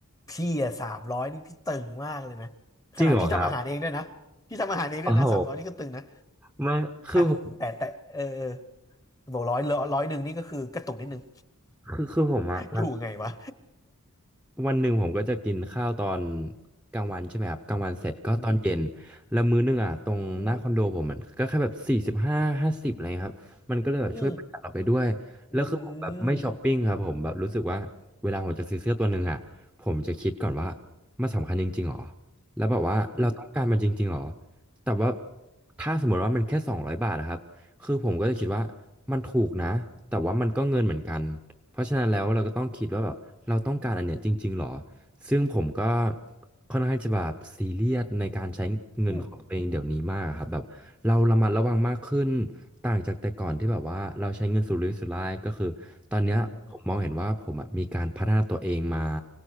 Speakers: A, on the left (about 15°); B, in the centre.
A: พี่อะสามร้อยนี่พี่ตึงมากเลยนะขนาดพี่ทำอาหารเองด้วยนะ
B: จริงเหรอครับ
A: พี่ทำอาหารเองด้วยนะสามร้อยนี่ก็ตึงนะ
B: โอ้โหไม่คือผม
A: อ่ะแต่แต่เออเออบอกร้อยร้อยร้อยหนึ่งนี่ก็คือกระตุกนิดนึง
B: คือคือผมอะมัน
A: <laughs> อยู่ไงวะ
B: วันหนึ่งผมก็จะกินข้าวตอนกลางวันใช่ไหมครับกลางวันเสร็จก็ตอนเย็น
A: <laughs> อืม
B: แล้วมื้อหนึงอ่ะตรงหน้าคอนโดผมมันก็แค่แบบสี่สิบห้าห้าสิบอะไรเงี้ยครับมันก็เลยแบบช่วยประหยัดเราไปด้วยแล้วคือผมแบบไม่ช้อปปิ้งครับผมแบบรู้สึกว่าเวลาผมจะซื้อเสื้อตัวหนึ่งอ่ะผมจะคิดก่อนว่า
A: อืมอืมอืม
B: มันสำคัญจริงๆหรอแล้วแบบว่าเราต้องการมันจริงๆหรอ
A: อืม
B: แต่ว่าถ้าสมมติว่ามันแค่สองร้อยบาทอะครับคือผมก็จะคิดว่ามันถูกนะแต่ว่ามันก็เงินเหมือนกัน เพราะฉะนั้นแล้วเราก็ต้องคิดว่าแบบเราต้องการอันเนี้ยจริงๆหรอ
A: อื
B: ซึ่งผมก็ค่อนข้างจะแบบซีเรียสในการใช้เงินของตัวเองเดี๋ยวนี้มากครับแบบเราระมัดระวังมากขึ้น
A: ม
B: ต่างจากแต่ก่อนที่แบบว่าเราใช้เงินสุรุ่ยสุร่ายก็คือตอนเนี้ยผมมองเห็นว่าผมอะมีการพัฒนาตัวเองมา
A: อืมอืม